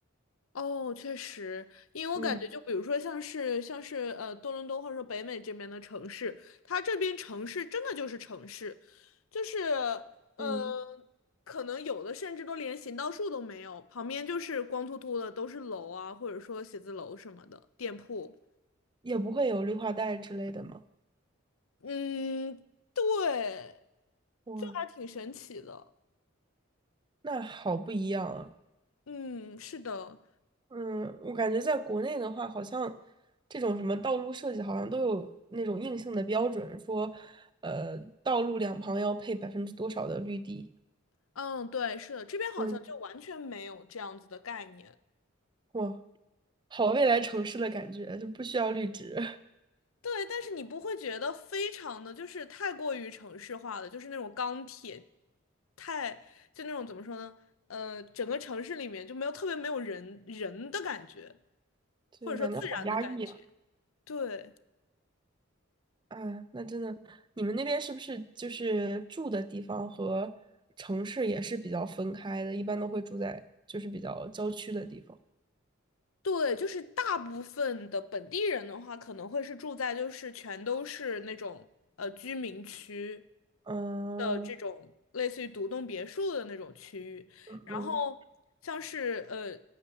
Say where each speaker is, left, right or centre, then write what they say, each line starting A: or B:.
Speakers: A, on the left; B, on the right.
A: 哦，确实，因为我感觉，
B: 嗯
A: 就比如说像是像是呃多伦多或者说北美这边的城市，它这边城市真的就是城市，就是呃，
B: 嗯，
A: 可能有的甚至都连行道树都没有，旁边就是光秃秃的都是楼啊，或者说写字楼什么的店铺。
B: 也不会有绿化带之类的吗？
A: 嗯，对，
B: 哇，
A: 这还挺神奇的。
B: 那好不一样啊！
A: 嗯，是的，
B: 嗯，我感觉在国内的话，好像这种什么道路设计，好像都有那种硬性的标准，说，呃，道路两旁要配百分之多少的绿地。
A: 嗯，对，是的，这边好像就完全没有这样子的概念。
B: 嗯，哇，好未来城市的感觉，就不需要绿植，
A: 对，但是你不会觉得非常的就是太过于城市化了，就是那种钢铁，太就那种怎么说呢？呃，整个城市里面就没有特别没有人人的感觉，
B: <laughs> 对，
A: 或者说自然的感觉。
B: 感觉好压抑啊！
A: 对。
B: 哎，那真的，你们那边是不是就是住的地方和城市也是比较分开的？一般都会住在就是比较郊区的地方。
A: 对，就是大部分的本地人的话，可能会是住在就是全都是那种呃居民区
B: 嗯
A: 的这种类似于独栋别墅的那种区域，
B: 嗯嗯。
A: 然后像是呃